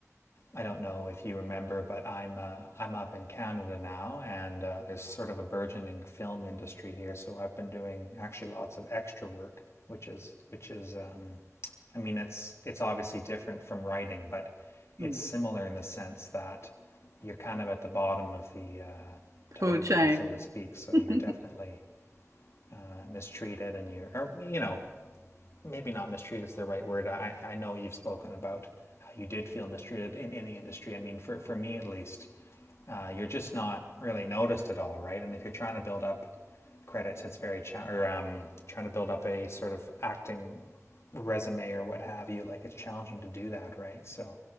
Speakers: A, on the left; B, on the right.
A: I don't know if you remember, but I'm uh, I'm up in Canada now, and uh, there's sort of a burgeoning film industry here. So I've been doing actually lots of extra work, which is which is, um, I mean, it's it's obviously different from writing, but it's
B: Mm.
A: similar in the sense that you're kind of at the bottom of the uh, totem
B: Food chain.
A: pole, so to speak. So
B: <laughs>
A: you're definitely uh, mistreated, and you're or, you know maybe not mistreated is the right word. I, I know you've spoken about how you did feel mistreated in, in the industry. I mean, for, for me at least, uh, you're just not really noticed at all, right? And if you're trying to build up credits, it's very cha- or um, trying to build up a sort of acting resume or what have you. Like it's challenging to do that, right? So